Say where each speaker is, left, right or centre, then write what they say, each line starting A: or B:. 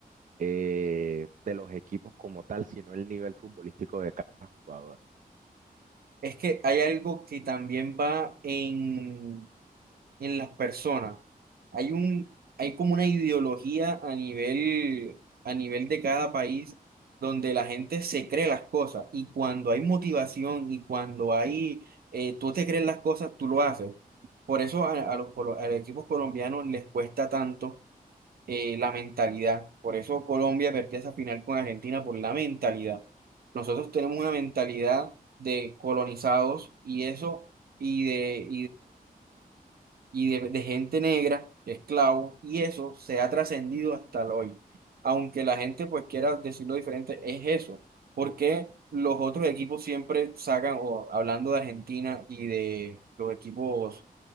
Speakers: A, on the right (about 55°); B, on the right (about 80°).
A: eh, de los equipos como tal, sino el nivel futbolístico de cada jugador.
B: Es que hay algo que también va en en las personas. Hay un, hay como una ideología a nivel, a nivel de cada país donde la gente se cree las cosas y cuando hay motivación y cuando hay, eh, tú te crees las cosas, tú lo haces. Por eso a, a los, colo- a los equipos colombianos les cuesta tanto eh, la mentalidad. Por eso Colombia perdió esa final con Argentina por la mentalidad. Nosotros tenemos una mentalidad de colonizados y eso y de, y de, de gente negra, esclavos, y eso se ha trascendido hasta el hoy. Aunque la gente pues quiera decirlo diferente, es eso. Porque los otros equipos siempre sacan, o hablando de Argentina y de los equipos